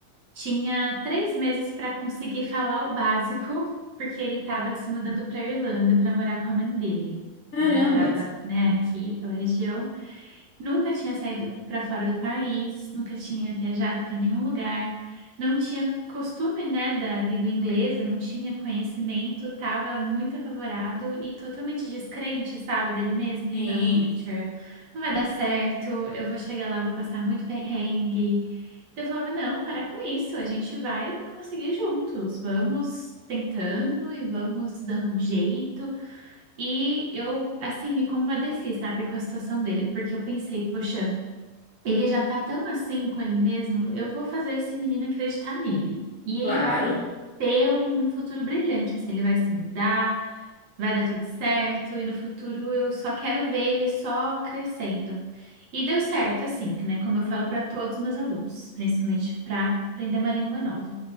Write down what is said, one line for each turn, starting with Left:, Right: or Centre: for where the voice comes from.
Right: tinha três meses para conseguir falar o básico, porque ele estava se mudando para a Irlanda para morar com a mãe dele.
Left: Caramba.
Right: Ele morava, né, aqui pela região. Nunca tinha saído para fora do país, nunca tinha viajado para nenhum lugar, não tinha costume, né, da língua inglesa, não tinha conhecimento, estava muito apavorado e totalmente descrente, sabe, dele mesmo. Ele,
Left: Sim.
Right: não, teacher, não vai dar certo, eu vou chegar lá, vou passar muito perrengue. Então eu falava, não, para com isso, a gente vai conseguir juntos, vamos tentando e vamos dando um jeito. E eu, assim, me compadeci, sabe, com a situação dele, porque eu pensei, poxa. Ele já tá tão assim com ele mesmo, eu vou fazer esse menino acreditar nele. E
Left: Claro,
Right: ele vai ter um futuro brilhante, assim, ele vai se mudar, vai dar tudo certo, e no futuro eu só quero ver ele só crescendo. E deu certo, assim, né? Como eu falo para todos os meus alunos, principalmente para aprender uma língua nova.